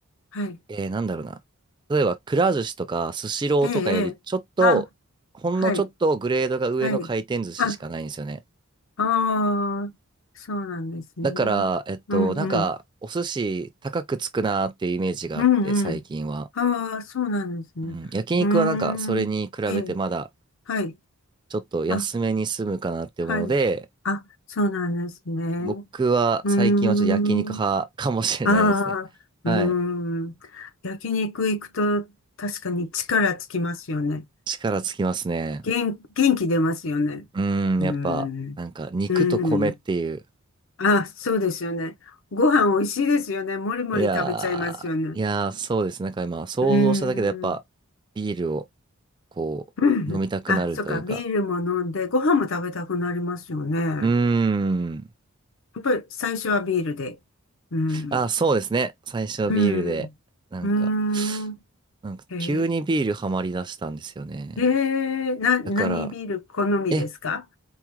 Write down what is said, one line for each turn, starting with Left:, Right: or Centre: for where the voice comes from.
Left: はい。
Right: えー、なんだろうな。例えば、くら寿司とか、スシローとかより、
Left: ええ、ええあ、
Right: ちょっと、ほんのちょっとグレードが上の回転寿司しかないんですよね。
Left: はい、はい。あ、ああ、そうなんですね。
Right: だから、えっと、
Left: うん、
Right: なんか、
Left: うん、
Right: お寿司高くつくなーっていうイメージがあって、
Left: うん、
Right: 最近は。
Left: うん。ああ、そうなんですね。
Right: うん、焼肉はなんか、
Left: うー
Right: それに比べてまだ、
Left: ん、ええ、はい。
Right: ちょっと安めに済むかなって思うので、
Left: あ、はい。あ、そうなんですね。
Right: 僕は最近はちょっと焼肉派かもしれないですね。
Left: うーん。あ
Right: <laughs>
Left: あ、
Right: はい。
Left: うーん。焼肉行くと確かに力つきますよね。
Right: 力つきますね。
Left: 元、元気出ますよね。
Right: うーん、
Left: うーん。
Right: やっぱ、なんか、肉と米っていう。
Left: うーん。あ、そうですよね。ご飯美味しいですよね。もりもり食べちゃいますよね。
Right: いやー、いやー、そうですね。なんか今、想像しただけでやっぱ、
Left: うーん。
Right: ビールを、こう、
Left: <laughs> うんあ、
Right: 飲みたくなるというか。
Left: そっか。ビールも飲んで、ご飯も食べたくなりますよね。や
Right: うーん。
Left: っぱり最初はビールで。うん。
Right: あ、そうですね。最初ビールで、
Left: うん。
Right: なんか、
Left: うーん。
Right: なんか急にビールハマりだしたんですよね。
Left: えーええな、何ビール好みですか
Right: だから、え、